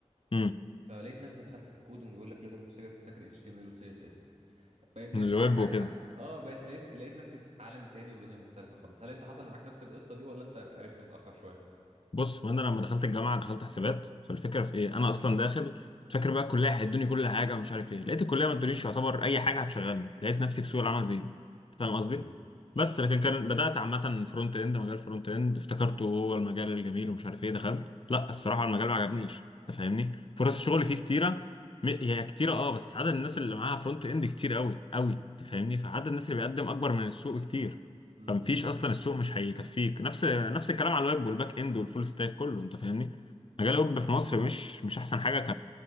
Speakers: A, on the left; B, on the right.
A: امم
B: فلقيت نفسي دخلت في الكودينج بيقول لك لازم تذاكر تذاكر اتش تي ام ال وسي اس اس بقيت بقيت
A: الويب
B: حاجه حاجه
A: وكده
B: اه بقيت لقيت لقيت نفسي في عالم تاني ودنيا مختلفه خالص هل انت حصل معاك نفس القصه دي ولا انت عرفت متاخر شويه
A: بص وانا لما دخلت الجامعه دخلت حسابات فالفكره في ايه انا اصلا داخل كنت فاكر بقى الكليه هيدوني كل حاجه ومش عارف ايه لقيت الكليه ما ادونيش يعتبر اي حاجه هتشغلني لقيت نفسي في سوق العمل زيرو انت فاهم
B: امم
A: قصدي بس لكن كان بدات عامه فرونت اند مجال فرونت اند افتكرته هو المجال الجميل ومش عارف ايه دخلت لا الصراحه المجال ما عجبنيش انت فاهمني فرص الشغل فيه كتيره م- هي كتيره اه بس عدد الناس اللي معاها فرونت اند كتير قوي قوي انت فاهمني فعدد الناس اللي بيقدم اكبر من السوق بكتير
B: امم
A: فمفيش اصلا السوق مش هيكفيك نفس نفس الكلام على الويب والباك اند والفول ستاك كله انت فاهمني مجال الويب في مصر مش مش احسن حاجه ك